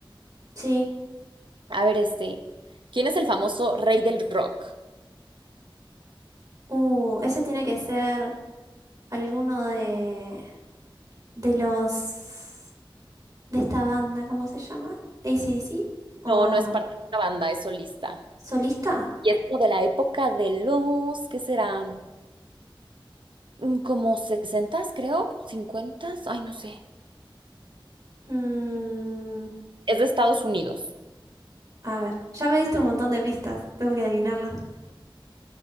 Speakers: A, on the right; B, on the right.
A: Sí.
B: A ver, este. ¿Quién es el famoso rey del rock?
A: Uh, ese tiene que ser alguno de, de los... de esta banda, ¿cómo se llama? ¿ACDC? ¿O
B: No, no
A: no?
B: es parte de una banda, es solista.
A: ¿Solista?
B: Y es como de la época de los, ¿qué será? Mm, Como sesentas, creo, cincuentas, ay, no sé.
A: Mm,
B: Es de Estados Unidos.
A: a ver, ya me diste un montón de pistas, tengo que adivinarlas.